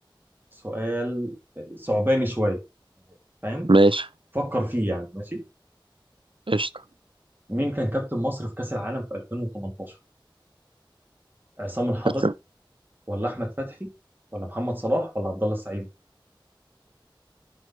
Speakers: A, on the right; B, on the right.
A: سؤال صعباني شويه فاهم
B: ماشي
A: فكر فيه يعني ماشي
B: قشطة
A: مين كان كابتن مصر في كاس العالم في 2018 عصام الحضري
B: كابتن
A: ولا احمد فتحي ولا محمد صلاح ولا عبد الله السعيد